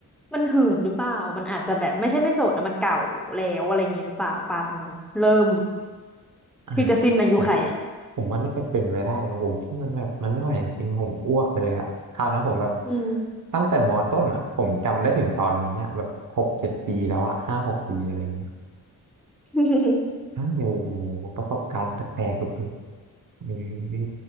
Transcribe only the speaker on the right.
อ่า
จ้ะผมว่าน่าจะเป็นไปได้โอ้โหพี่มันแบบมันไม่ไหวจริงๆผมอ้วกเลยอะคราวนั้นผมแบบ
ตั้งแต่มต้นอะผมจำได้ถึงตอนนี้อะแบบหกเจ็ดปีแล้วอะห้าหกปีอะไรอย่างเงี้ย
อ้าวโอ้โหประสบการณ์แปลกๆสุดๆนี่